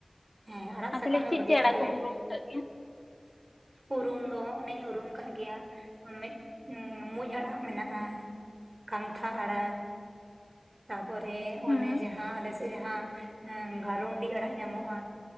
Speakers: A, on the right; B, on the left.
A: ᱦᱮᱸ ᱟᱲᱟᱜ
B: ᱟᱨ
A: ᱥᱟᱠᱟᱢ
B: ᱛᱟᱦᱚᱞᱮ
A: ᱜᱮ
B: ᱪᱮᱫ
A: ᱵᱷᱟᱜᱮᱭᱟ
B: ᱪᱮᱫ ᱟᱲᱟᱜ
A: ᱛᱟᱦᱚᱞᱮ
B: ᱠᱚᱢ ᱩᱨᱩᱢ ᱟᱠᱟᱫ ᱜᱮᱭᱟ?
A: ᱩᱨᱩᱢ ᱫᱚ ᱚᱱᱮᱧ ᱩᱨᱩᱢ ᱠᱟᱜ ᱜᱮᱭᱟ ᱢᱤᱫ ᱩᱸ ᱢᱩᱸᱡ ᱟᱲᱟᱜ ᱢᱮᱱᱟᱜᱼᱟ ᱠᱟᱱᱛᱷᱟ ᱟᱲᱟᱜ ᱛᱟᱨᱯᱚᱨᱮ
B: ᱦᱩᱸ
A: ᱚᱱᱮ ᱡᱟᱸᱦᱟ ᱟᱞᱮ ᱥᱮᱫ ᱡᱟᱸᱦᱟ ᱮᱸ ᱜᱟᱨᱩᱱᱰᱤ ᱟᱲᱟᱜ ᱧᱟᱢᱚᱜᱼᱟ